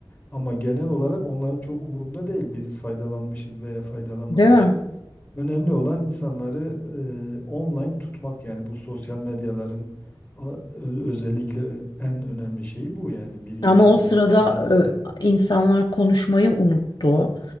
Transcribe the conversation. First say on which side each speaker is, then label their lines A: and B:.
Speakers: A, on the left; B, on the left.
A: Ama genel olarak onların çok umurunda değil biz faydalanmışız veya faydalanmamışız.
B: Değil mi?
A: Önemli olan insanları e, online tutmak yani bu sosyal medyaların a- ö- özellikle en önemli şeyi bu yani birinci
B: Ama o sırada
A: belki hedefleri.
B: e, insanlar konuşmayı unuttu.